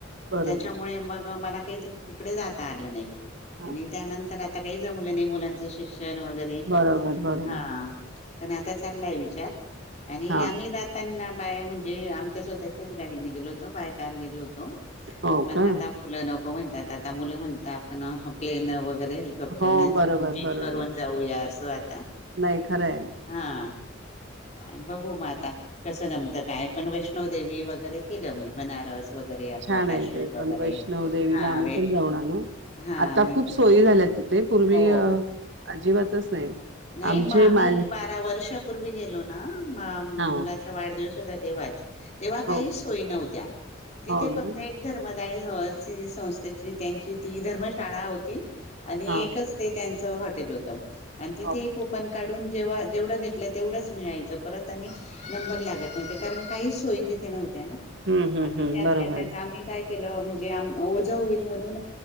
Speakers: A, on the right; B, on the left.
A: बरोबर
B: त्याच्यामुळे मग मला. काही तिकडे जाता आलं नाही
A: हा
B: आणि त्यानंतर आता आता काही जमलं नाही मुलांचं शिक्षण शिक्षण वगैरे
A: बरोबर बरोबर
B: हा पण आता चाललाय विचार आणि
A: हा
B: आम्ही जाताना बाय म्हणजे आमच्या स्वतःच्याच गाडीने गेलो होतो बाय कार गेलो होतो.
A: हो
B: पण
A: का
B: आता मुलं नको. हो म्हणतात आता मुलं म्हणतात आपण प्लेन व वगैरे हेलिकॉप्टरनेच
A: हो बरोबर
B: बुकिंग
A: बरोबर
B: करून जाऊया. चालेल
A: नाही खरंय.
B: हा बघू म आता कसं जमतं काय पण वैष्णवदेवी वगैरे केलं मी बनारस. वगैरे आपलं
A: छान
B: काश्मीर
A: आहे ते पण
B: वगैरे
A: वैष्णव देवीला
B: हा
A: आम्ही
B: वे
A: पण जाऊन आलो
B: हा
A: आता
B: मी
A: खूप
B: पण
A: सोयी झाल्या तिथे पूर्वी
B: हो
A: अजिबात तच नाही
B: नाही
A: आमचे
B: मग आम्ही
A: मा
B: बारा वर्षपूर्वी गेलो ना
A: हा
B: मुलाचा वाढदिवस होता तेव्हा तेवाच. तेव्हा
A: हो
B: काही
A: का
B: सोयी नव्हत्या तिथे
A: हो ना
B: फक्त एक धर्म संस्थेची त्यांची ती धर्मशाळा होती. आणि
A: हा
B: एकच ते त्यां च हाँटेल होतं. ते
A: हो का.
B: कूपन काढुन जेव्हा जेवढा घेत ल तेवढच मिळायच परत आणि नंबर लागत नव्ह कारण काही सोय नव्ह त्या ना
A: हम्म हम्म
B: आणि
A: हम्म
B: त्यातल्या
A: बरोबर
B: त्यात आमही काही केलं म्हणजे ओझं होईल म्हणून